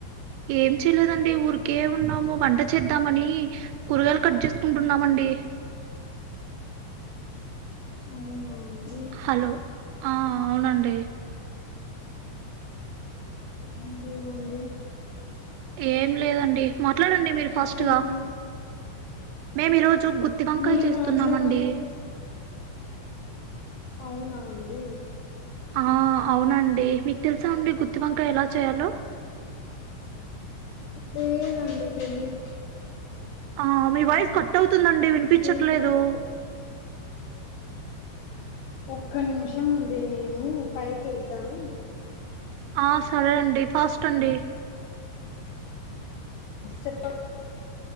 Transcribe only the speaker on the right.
ఏం చేయలేదండి ఊరికే ఉన్నాము వంట చేద్దామని కూరగాయలు కట్ చేసుకుంటున్నామండి
హలో ఆ అవునండి
ఏం లేదండి మాట్లాడండి మీరు
ఫస్ట్ గా మేము ఈరోోజు గుత్తి వంకయ
చేస్తున్నామండి
ఆ అవునండి మీకు తెలుసా అండి గుత్తి వంకయ ఎలా చేయాలో
ఆ మీ వాయిస్ కట్ అవుతుందండి వినిపించట్లేదు
ఆ సరే అండి ఫస్ట్ అండి